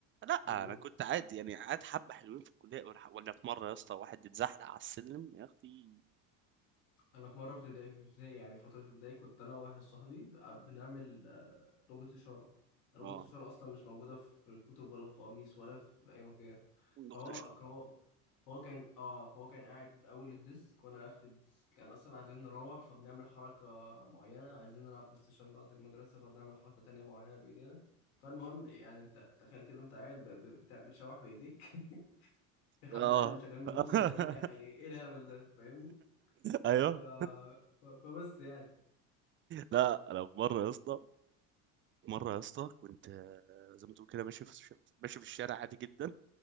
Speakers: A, on the right; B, on the left.
A: لا
B: بالظبط
A: انا كنت عادي يعني قاعد حبه حلوين في الكليه ولا ولا في مره يا اسطى واحد اتزحلق على السلم يا اختي
B: انا في مره في ابتدائي في ابتدائي يعني فتره ابتدائي كنت انا وواحد صاحبي بقى- بنعمل آه، لغه اشاره لغه
A: اه
B: الاشاره اصلا مش موجوده في الكتب ولا القواميس ولا في اي مكان فهو
A: اختي شر
B: هو هو كان اه هو كان قاعد اول الديسك وانا اخر الديسك كان اصلا عايزين نروح فبنعمل حركه معينه عايزين نلعب بلاي ستيشن بعد المدرسه فبنعمل حركه تانية معينه بايدينا فالمهم يعني انت تخيل كده انت قاعد ب- ب- بتاع- بتشوح بايديك <laughs> في حبة
A: اه
B: عيال مش شغالين بيبصوا
A: <laughs>
B: مش فاهمين أي حاجة إيه الهبل ده فاهمني
A: ايوه
B: ف... ف... فبس يعني
A: لا انا في مره يا اسطى في مره يا اسطى كنت آه، زي ما تقول كده ماشي في الش- ماشي في الشارع عادي جدا